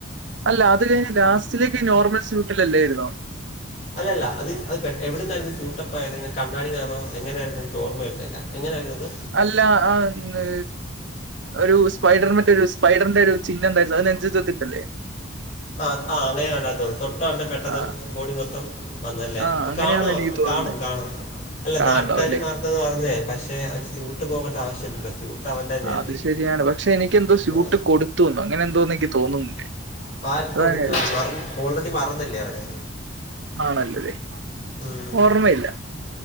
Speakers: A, on the right (about 65°); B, on the left (about 40°).
A: അല്ല അത് കഴിഞ് ലാസ്റ്റിലേക്ക് നോർമൽ സ്യൂട്ടിലല്ലോയിരുന്നോ
B: അല്ലല്ല അത് അത് എവിടുന്നായിരുന്നു സ്യൂട്ടപ്പ ആയത് ഇങ്ങന കണ്ണാടിന്നാഎങ്ങനെയായിരുന്നു എനിക്ക് ഓർമ്മ വരുന്നില്ല എങ്ങനെയായിരുന്നത്
A: അല്ല ആന്നെ ഒരു സ്പൈഡർ മറ്റരു സ്പൈഡറിന്റെ ഒരു ചിന്നം ഇണ്ടായിരുന്നു അത് നെഞ്ചത്ത്ത്തിത ല്ലേ
B: ആ ആഹ് അങ്ങനെ ആണ് തോന്നുന്നു തൊട്ട ആളുടെ പെട്ടെന്ന്
A: ആ
B: ബോഡി മൊത്തം വന്നല്ലേ
A: ആ
B: അപ്പൊ
A: അങ്ങനെയാന്ന്
B: കാണോ
A: എനിക്ക് തോന്നുന്നത്
B: കാണും കാണും അല്ല
A: കാണണ്ടാവും
B: നാട്ടുകാർമാർ ന്ന് പറഞ്ഞ പക്ഷെ അത് സ്യൂട്ട് പോകേണ്ട ആവശ്യമില്ലല്ല സ്യൂട്ട് അവൻ്റെ തന്നെയല്ലേ
A: അത് ശരിയാണ് പക്ഷെ എനിക്ക് എന്തോ സ്യൂട്ട്
B: ആ
A: കൊടുത്തുന്നോ അങ്ങനെ എന്തോന്ന് എനിക്ക് തോന്നുന്നില്ലേ
B: പാറ്റ്
A: അതാ
B: കൊടുക്കാ
A: ഞാൻ ചോദിച്ചത്.
B: മ ഓൾറെഡി മറന്നില്ലേ അവരെ
A: ആണല്ലോല്ലേ
B: ഉം.
A: ഓർമ്മയില്ല